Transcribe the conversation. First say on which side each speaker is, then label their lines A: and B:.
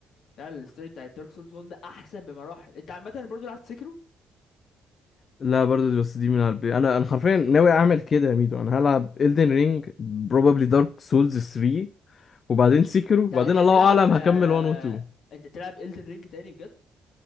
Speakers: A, on the left (about 70°); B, on the left (about 50°).
A: فعلا الستوري بتاعت دارك سولز 1 احسن بمراحل انت عامه برضه لعبت سكرو
B: لا برضو دي- بس دي من قلبي انا انا حرفيا ناوي اعمل كده يا ميدو انا هلعب Elden Ring probably Dark Souls 3 وبعدين سيكرو
A: انت
B: وبعدين
A: انت هتلعب
B: الله اعلم
A: آه،
B: هكمل 1 و 2
A: انت تلعب الدن رينج تاني بجد